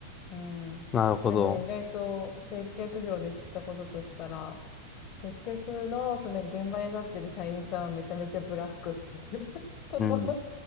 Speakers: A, on the left; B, on the left.
A: うん。
B: なるほど。
A: なんかね、意外と接客業で知ったこととしたら、接客の、そのなんか現場に立ってる社員さんはめちゃめちゃブラックっていう <laughs> こと。
B: うん。